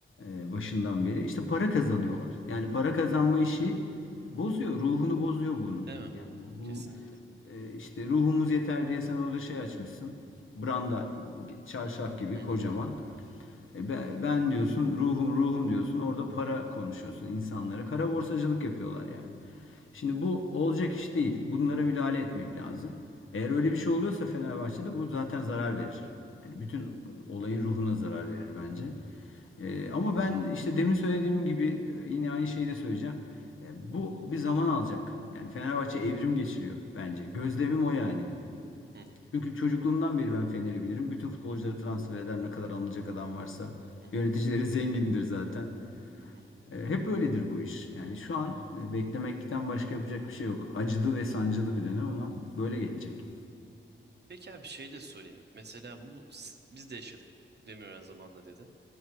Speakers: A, on the left; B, on the right.
A: e, başından beri. İşte para kazanıyorlar. Yani para kazanma işi bozuyor. Ruhunu bozuyor bunun.
B: Değil mi?
A: Yani bu
B: Kesinlikle.
A: e, işte ruhumuz yeter diye sen orada şey açmışsın. Branda çarşaf gibi
B: Hı
A: kocaman.
B: hı
A: E ben diyorsun ruhum ruhum diyorsun orada para konuşuyorsun insanlara. Kara borsacılık yapıyorlar yani. Şimdi bu olacak iş değil. Bunlara müdahale etmek lazım. Eğer öyle bir şey oluyorsa Fenerbahçe'de bu zaten zarar verir. Yani bütün olayın ruhuna zarar verir bence.
B: hı
A: E, ama ben işte demin söylediğim gibi yine aynı şeyi de söyleyeceğim. E, bu bir zaman alacak. Yani Fenerbahçe evrim geçiriyor bence. Gözlemim o yani.
B: hı hı
A: Çünkü çocukluğumdan beri ben Fener'i bilirim. Bütün futbolcuları transfer eder ne kadar alınacak adam varsa.
B: hı hı.
A: Yöneticileri <laughs> zengindir zaten.
B: hı hı.
A: E, hep öyledir bu iş. Yani şu an e, beklemekten başka yapacak bir şey yok. Acılı ve sancılı bir dönem ama böyle geçecek.
B: Peki abi şey de sorayım. Mesela bu si- biz de yaşadık Demirören zamanında dedin.